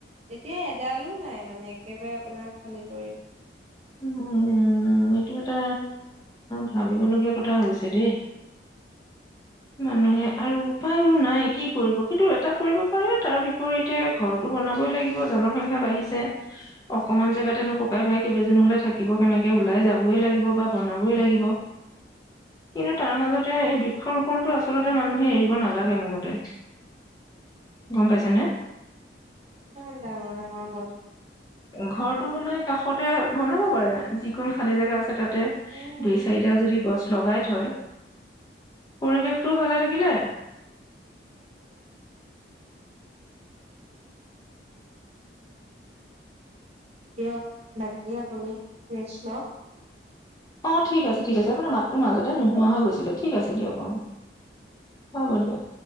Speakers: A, on the right; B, on the left.
A: এতিয়া এডালো নাই মানে, একেবাৰে আপোনাৰ খালী কৰি দিলে।
B: উম, এইটো এটা ভাৱিবলগীয়া কথা হৈছে। দেই, মানুহে আৰু উপায়ো নাই কি কৰিব, কিন্তু এটা কৰিব পাৰে তাৰ বিপৰীতে ঘৰটো বনাবই লাগিব জনসংখ্যা বাঢ়িছে, অকমান জেগাতেনো ককাই ভাই কেইবেজন নহ'লে থাকিব কেনেকে, ওলাই যাবই লাগিব বা বনাবই লাগিব। কিন্তু তাৰ মাজতে এই বৃক্ষ ৰোপণটো আচলতে মানুহে এৰিব নালাগে মোৰ মতে, গম পাইছানে?
A: ইমান ডাঙৰ ডাঙৰ গছ।
B: ঘৰটো বনাই কাষতে বনাব পাৰে, যিকন খালি জেগা আছে তাত। তে,
A: উম।
B: দুই চাৰিডাল যদি গছ লগাই থয় পৰিৱেশটোও ভালে থাকিলে।
A: সেইটোৱেই। দিয়ক, বাকী আপুনি। ৰেছ লক।
B: অ' ঠিক আছে। ঠিক আছে, আপোনাৰ মাতটো
A: দিয়ক
B: মাজতে নোহোৱা হৈ গৈছে ঠিক আছে দিয়ক, অ'। হ'ব দিয়ক।